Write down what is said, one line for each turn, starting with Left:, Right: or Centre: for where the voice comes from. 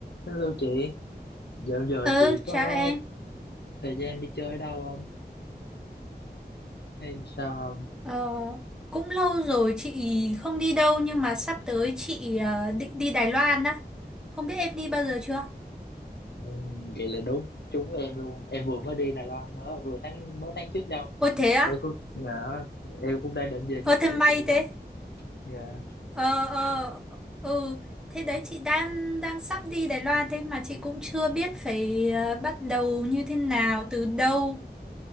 Left: Hello chị, dạo giờ
Centre: Ừ,
Left: chị
Centre: chào
Left: có
Centre: em.
Left: thời gian đi chơi đâu không? Hay sao không?
Centre: Ờ, cũng lâu rồi chị không đi đâu nhưng mà sắp tới chị ờ, định đi Đài Loan đó. Không biết em đi bao giờ chưa?
Left: Ừ, vậy là đúng, trúng em luôn. Em vừa mới đi Đài Loan mới- vừa tháng mới tháng trước đâu.
Centre: Ôi thế á?
Left: Em cũng dạ, em cũng đang định về
Centre: Ờ
Left: chia sẻ
Centre: thế may
Left: với chị nè.
Centre: thế.
Left: Dạ.
Centre: Ờ ờ ừ, thế đấy chị đang đang sắp đi Đài Loan thế mà chị cũng chưa biết phải ờ, bắt đầu như thế nào, từ đâu.